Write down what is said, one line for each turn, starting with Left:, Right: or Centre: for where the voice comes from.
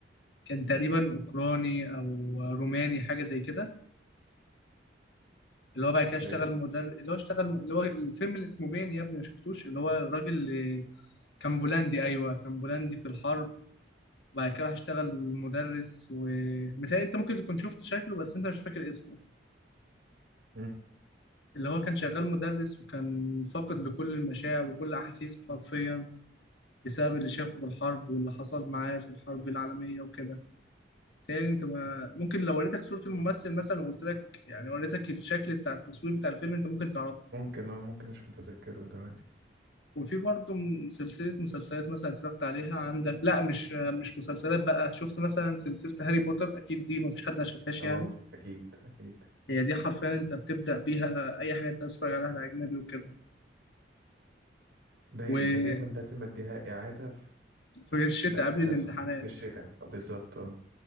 Left: كان تقريبا اوكراني او روماني حاجة زي كده اللي هو بعد كده اشتغل
Right: ده ايه ده
Left: مدرب اللي هو اشتغل م- اللي هو الفيلم اللي اسمه بين يا ابني ما شفتوش اللي هو الراجل اللي كان بولندي ايوه كان بولندي في الحرب وبعد كده راح اشتغل مدرس ومتهيألي انت ممكن تكون شفت شكله بس انت مش فاكر اسمه
Right: مم.
Left: اللي هو كان شغال مدرس وكان فاقد لكل المشاعر وكل احاسيسه حرفيا بسبب اللي شافه في الحرب واللي حصل معاه في الحرب العالمية وكده متهيألي انت ما ممكن لو وريتك صورة الممثل مثلا وقلت لك يعني وريتك الشكل بتاع التصوير بتاع الفيلم انت ممكن تعرفه
Right: ممكن اه ممكن مش متذكره دلوقتي
Left: وفي برضه من سلسلة مسلسلات مثلا اتفرجت عليها عندك لا مش مش مسلسلات بقى شفت مثلا سلسلة هاري بوتر أكيد دي مفيش حد ما شافهاش
Right: اه
Left: يعني
Right: أكيد أكيد
Left: هي دي حرفيا أنت بتبدأ بيها أي حاجة أنت عايز تتفرج عليها أجنبي وكده
Right: ده
Left: وفي
Right: ده دايما لازم أديها إعادة في
Left: الشتاء
Right: ده في
Left: قبل
Right: ده
Left: الامتحانات
Right: في في الشتاء أو بالظبط اه